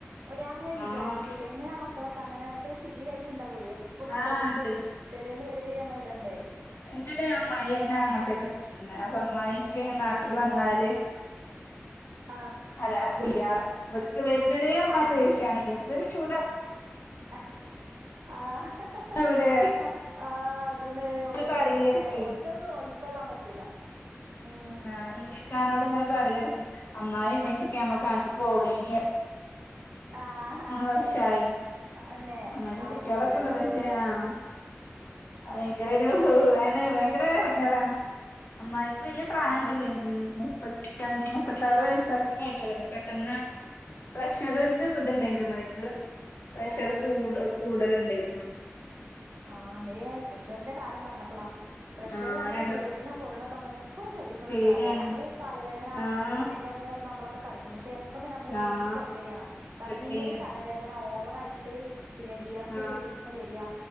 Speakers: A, on the right; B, on the left.
A: അവര് അങ്ങനെ വിചാരിക്കൂോട്ടെ എങ്ങനെ വിജാരിക്കും
B: ആഹ്
A: എങ്ങനെ ആ മക്കളൊക്കെ അങ്ങനെൊക്കെ ശീലായിട്ടുണ്ടാവും എപ്പോഴും
B: ആഹ്
A: കോട്ടും
B: ഇണ്ട്
A: പെരോന്ന്‌വര അങ്ങനെ ഇടണ്ടേ
B: അേ അമ്മായിനെ അങ്ങോട്ടേ കെട്ടിച്ചിരുന്നേ അപ്പൊ അമ്മയി <unintelligible> കെ
A: ഏ
B: നാട്ടിൽ
A: ഊട്ടിക്കോ?
B: വന്നാല്
A: ആഹ്
B: അല്ലല്ല ഇവിടക്ക് വരുന്നതേ
A: ആഹ്
B: മാര്
A: ആഹ്
B: ദേഷ്യാണ് എന്തൊരു ചൂട
A: അ ആ ഹ ഹ
B: അവിടെ
A: ആ ആ അതന്നെഓ
B: പറയടക്കെ
A: അതന്നെ ഓൽക്ക ൾക്കൊള്ളാൻ പറ്റൂല ഉം
B: ആ എന്റെ ഇക്കാനോട്ങ്ങനെ പറടക്കി അമ്മായി ഉണ്ടെങ്കിൽ ഞമ്മക്ക് അങ്ങോട്ട് പോകൈനീ
A: ആഹ
B: വർഷായി
A: എന്നന്നെ
B: അമ്മായിന്റെ
A: ആ
B: കുട്ടികളൊക്കെ
A: ശരി
B: ഉണ്ട്
A: ഓ
B: പക്ഷെ
A: ആ
B: ആഹ്
A: ശരി
B: ഭയങ്കര
A: ഏ അതെന്തേ
B: ഒരു
A: അമ്മായിക്കെന്തേ
B: അെനേ ഭയങ്കര എടങ്ങാറാണ് അമ്മായിക്ക് വല്യ പ്രായൊന്നും
A: അമ്മായിക്കെന്ത്
B: ഇല്ലേ ഇനി മുപ്പതി മുപ്പത്താറ് വയസ്ത്രായിട്ടുള്ള പെട്ടെന്ന് പ്രഷർ
A: ആ
B: ഇതുണ്ടായി അമ്മക്ക് പ്രഷർ
A: ഓ
B: കൂട് കൂടല് ഉണ്ടായിരുന്നു
A: ആ മയെ പ്രഷറിന്റെ കാര്യം പറഞ്ഞപ്പളാ പ്രഷർ
B: ആഹ്
A: നമുക്ക്
B: രണ്ടും
A: കൂടിനും കൊറണോ ഒക്കെ നമ്മള എപ്പോഴും ശ്രദ്ധിക്കണ
B: പേടിയാണ്
A: ഒരു കാര്യമാണ് നമ്മള് തലവേദന
B: ആഹ്
A: അല്ലെങ്കിൽ വരുമ്പോൾ നമ്മള് അങ്ങട് കിടക്കും പക്ഷെ അപ്പോ തന്നെ നമ്മള്
B: ആഹ്
A: ബിപി ചെക്ക് ചെയ്യണം
B: ചെക്ക്
A: തലമിന്നൽ
B: ചെയ്യണം
A: തലവേദന ഓവർ യിട്ട് പിന്നെ വിയർപ്പ്
B: ആഹ്
A: ശരീരത്തിന്ന് വരിക